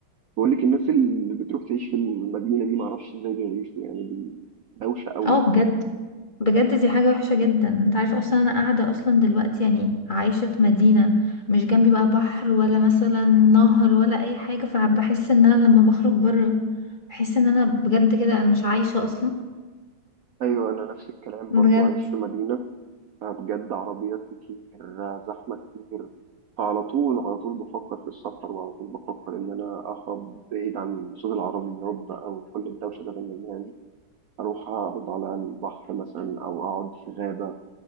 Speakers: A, on the right; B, on the left.
A: بقول لك الناس اللي بتروح تعيش في المدينه دي ما اعرفش ازاي بيعيشوا يعني دي دوشه قوي
B: اه بجد بجد دي حاجة وحشة جدا انت عارف اصلا انا قاعدة اصلا دلوقتي يعني عايشة في مدينة مش جنبي بقى بحر ولا مثلا نهر ولا اي حاجة فبحس ان انا لما بخرج بره بحس ان انا بجد كده انا مش عايشة اصلا
A: ايوه انا نفس الكلام
B: بجد
A: برضو عايش في مدينه بجد عربيات كتير زحمه كتير فعلى طول على طول بفكر في السفر وعلى طول بفكر ان انا اهرب بعيد عن صوت العربيات بقى وكل الدوشه اللي بنلاقيها دي اروح اقعد على البحر مثلا او اقعد في غابه